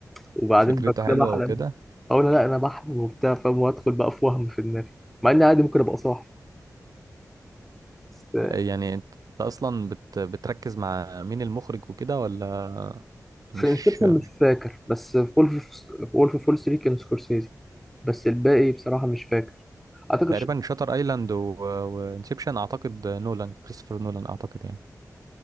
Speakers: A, in the centre; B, on the right.
A: وبعدين
B: فكرته
A: بقى كل
B: حلوة
A: ما احلم
B: وكده
A: اقول لا انا بحلم وبتاع فاهم وادخل بقى في وهم في دماغي مع اني عادي ممكن ابقى صاحي بس
B: يعني انت أنت اصلا بت... بتركز مع مين المخرج وكده ولا
A: في
B: مش
A: انسبشن
B: مش-
A: مش فاكر بس في وولف وولف فول ستريت كان سكورسيزي بس الباقي بصراحة مش فاكر اعتقد
B: تقريبا
A: ش-
B: شاتر ايلاند و... وانسبشن اعتقد نولان كريستوفر نولان اعتقد يعني